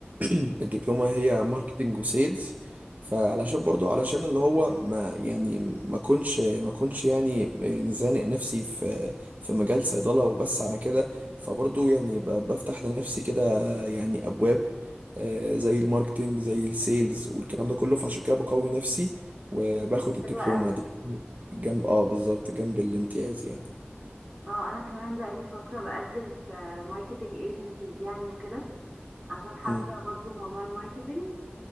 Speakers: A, on the right (about 45°); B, on the right (about 25°).
A: الدبلومة هي ماركتينج وسيلز فعلشان برضو علشان اللي هو ما يعني ما كنش ما كنش يعني يعني زانق نفسي في في مجال صيدلة وبس على كده فبرضو يعني ب- بفتح لنفسي كده يعني أبواب آه، زي الماركتينج زي السيلز والكلام ده كله فعشان كده بقوي نفسي وباخد الدبلومة
B: حلوة قوي
A: دي جنب اه بالظبط جنب الامتياز يعني
B: اه انا كمان بقالي فترة بقدم في ماركتينج ايجنسيز يعني وكده عشان حابة
A: مم.
B: برضو موضوع الماركتينج